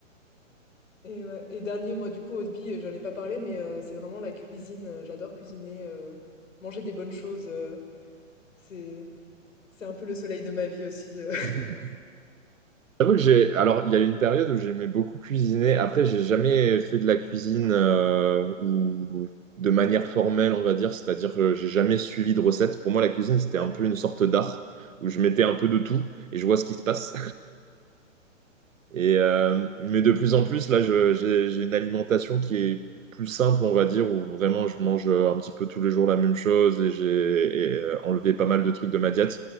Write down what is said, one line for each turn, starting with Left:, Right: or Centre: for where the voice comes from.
Left: Et, ouais, et dernier, moi, du coup, au Hobby, j'en ai pas parlé, mais euh, c'est vraiment la cuisine. Euh, J'adore cuisiner, euh, manger des bonnes choses. euh, c'est, c'est un peu le soleil de ma vie aussi. euh.
Right: Mhm. J'avoue que j'ai. Alors, il y a eu une période où j'aimais beaucoup cuisiner. Après, j'ai jamais fait de la cuisine euh, ou de manière formelle, on va dire. C'est-à-dire que j'ai jamais suivi de recette. Pour moi, la cuisine, c'était
Left: <laughs>
Right: un peu une sorte d'art où je mettais un peu de tout et je vois ce qui se passe. Et, euh, mais de plus en plus, là, je- j'ai, j'ai une alimentation qui est plus simple, on va dire, où vraiment je mange euh, un petit peu tous les jours la même chose et j'ai et, euh, enlevé pas mal de trucs de ma diète.